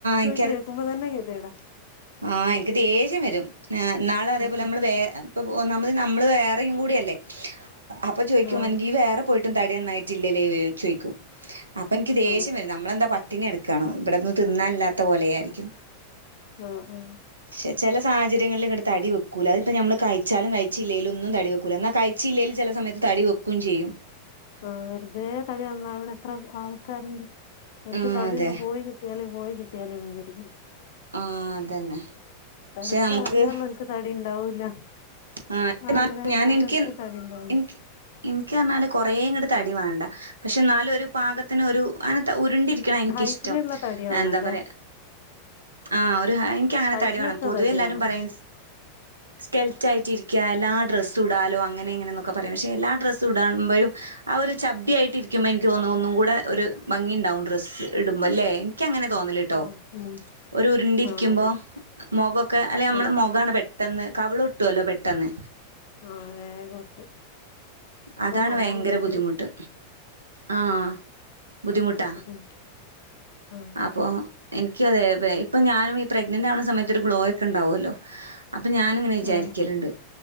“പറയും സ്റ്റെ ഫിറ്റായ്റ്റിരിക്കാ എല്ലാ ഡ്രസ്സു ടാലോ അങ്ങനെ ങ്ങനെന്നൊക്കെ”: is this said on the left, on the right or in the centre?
Right